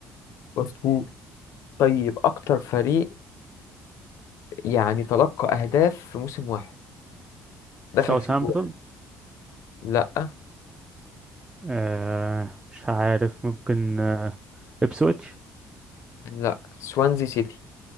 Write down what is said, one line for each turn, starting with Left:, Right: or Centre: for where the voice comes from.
Left: مظبوط طيب أكتر فريق يعني تلقى أهداف في موسم واحد
Right: ساوثهامبتون
Left: دخل فيه جوان لأ
Right: آه مش عارف ممكن آه إبسويتش
Left: لأ سوانزي سيتي